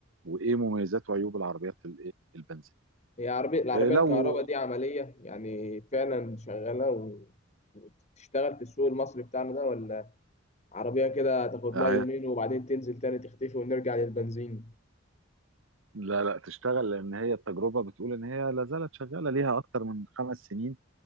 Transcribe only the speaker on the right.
وإيه مميزات وعيوب العربيات الإيه؟ البنزين
آه، لو
آه،
لا لا تشتغل لان هي التجربه بتقول ان هي لا زالت شغاله ليها اكتر من خمس سنين